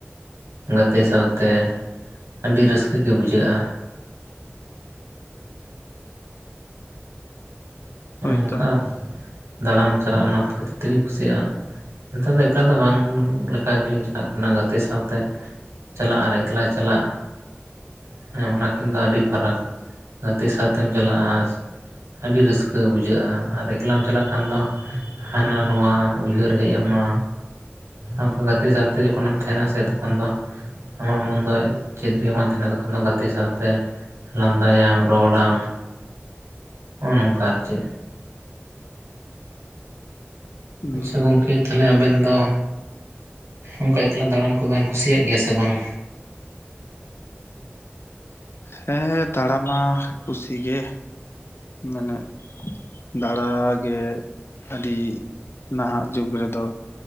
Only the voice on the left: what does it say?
ᱦᱳᱭᱛᱚ
ᱦᱩᱸ
ᱦᱮᱸ ᱦᱮᱸ ᱫᱟᱬᱟ ᱢᱟ ᱠᱩᱥᱤ ᱜᱮ ᱢᱮᱱᱮᱫ ᱫᱟᱬᱟ ᱜᱮ ᱟᱹᱰᱤ ᱱᱟᱦᱟᱜ ᱡᱩᱜᱽ ᱨᱮᱫᱚ